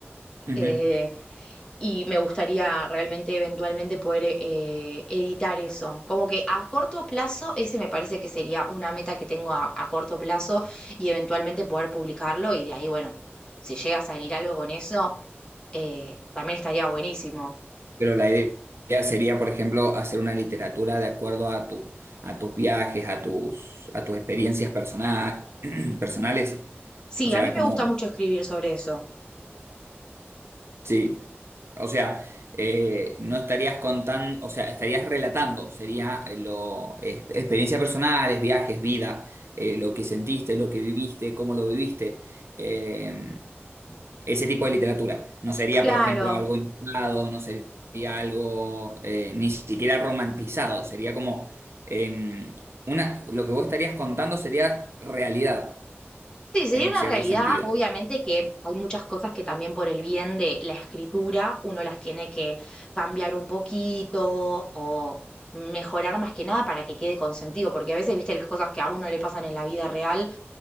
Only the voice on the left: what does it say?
eh, y me gustaría realmente eventualmente poder eh, editar eso. Como que a corto plazo, ese me parece que sería una meta que tengo a, a corto plazo y eventualmente poder publicarlo y de ahí, bueno, si llega a salir algo con eso, eh, también estaría buenísimo.
Sí,
a mí me
gusta mucho escribir sobre eso.
Claro,
Sí, sería
una
realidad,
obviamente que hay muchas cosas que también por el bien de la escritura uno las tiene que cambiar un poquito o mejorar más que nada para que quede con sentido, porque a veces, viste, las cosas que a uno le pasan en la vida real